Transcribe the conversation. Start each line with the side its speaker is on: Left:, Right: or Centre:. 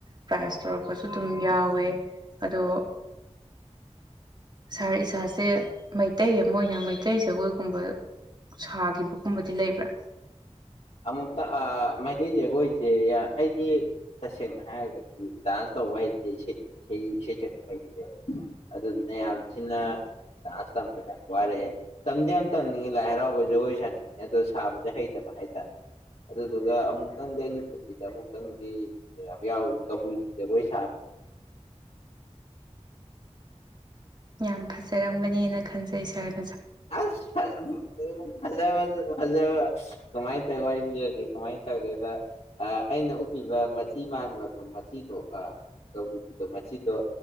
Right: ꯄꯥꯏ ꯁꯇꯔ ꯁꯨꯝ ꯌꯥ ꯌꯥꯥꯎꯋꯦ ꯑꯗꯣ ꯁꯥꯔ ꯏꯁꯥꯁꯦ ꯃꯩꯇꯩ ꯑꯃ ꯑꯣꯏꯅ ꯃꯩꯇꯩ ꯖꯒꯣꯏꯒꯨꯝꯕ ꯁꯥꯈꯤꯕꯒꯨꯝꯕꯗꯤ ꯂꯩꯕ꯭ꯔꯥ
Left: ꯑꯃꯨꯛꯇ ꯃꯩꯇꯩ ꯖꯒꯣꯏꯁꯦ ꯑꯩꯁꯦ ꯇꯁꯦꯡꯅ ꯍꯥꯏꯔꯒꯗꯤ ꯗꯥꯟꯁ ꯇꯧꯕ ꯍꯩꯇꯦ ꯁꯩꯁꯛꯄ ꯍꯩꯇꯦꯕ ꯑꯗꯨꯗꯨꯅ ꯌꯥꯝ ꯊꯤꯅ ꯗꯥꯟꯁ ꯇꯝꯕꯁꯦ ꯌꯥꯝ ꯋꯥꯔꯛꯑꯦ ꯇꯝꯗꯤ ꯌꯥꯝ ꯇꯝꯅꯤꯡꯉꯦ ꯂꯥꯏ ꯍꯔꯥꯎꯕ ꯖꯒꯣꯏ ꯁꯥꯅꯤꯡꯉꯦ ꯑꯗꯣ ꯁꯥꯕꯁꯦ ꯍꯩꯇꯕ ꯍꯥꯏꯇꯥꯔꯦ ꯑꯗꯨꯗꯨꯒ ꯑꯃꯨꯛꯇꯪꯗꯤ ꯑꯩꯒꯤ ꯄꯨꯟꯁꯤꯗ ꯑꯃꯨꯛꯇꯪꯗꯤ ꯌꯥꯎꯔꯤ ꯀꯕꯨꯏꯒꯤ ꯖꯒꯣꯏ ꯁꯥꯕ
Right: ꯌꯥꯝ ꯐꯖꯔꯝꯒꯅꯦꯅ ꯈꯟꯖꯩ ꯁ ꯁꯔ
Left: ꯑꯁ ꯐ ꯐꯖ ꯐꯖꯕ ꯀꯃꯥꯏꯅ ꯇꯧ ꯋꯥꯔꯤ ꯌꯦꯡꯕꯤꯔꯒꯦ ꯀꯃꯥꯏꯅ ꯇꯧꯒꯦꯗ ꯑꯩꯅ ꯎꯞꯄꯤꯕ ꯃꯆꯤ ꯃꯥꯟꯕꯗꯣ ꯃꯆꯤꯗꯣ ꯇꯧꯕꯤꯗꯣ ꯃꯆꯤꯗꯣ